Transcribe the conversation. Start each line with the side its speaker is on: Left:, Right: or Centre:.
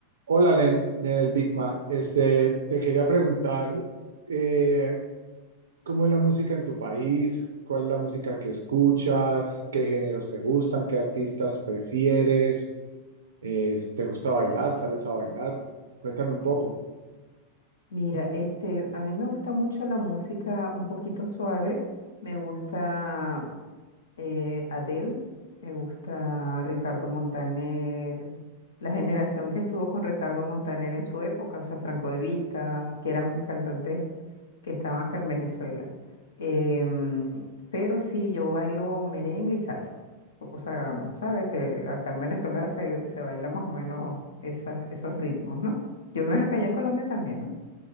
Right: Hola, Len- Nel Bigma. Este, te quería preguntar eh, cómo es la música en tu país, cuál es la música que escuchas, qué géneros te gustan, qué artistas prefieres, eh, te gusta bailar, sales a bailar. Cuéntame un poco.
Left: Mira, este, a mí me gusta mucho la música un poquito suave. Me gusta eh, Adele, me gusta Ricardo Montaner, la generación que estuvo con Ricardo Montaner en su época, o sea, Franco De Vita, que eran cantantes que estaban acá en Venezuela. Em, pero sí, yo bailo merengue y salsa. O o sea, sabes que acá en Venezuela se, se baila más o menos esas, esos ritmos, ¿no? Yo me imagino que allá en Colombia también, ¿no?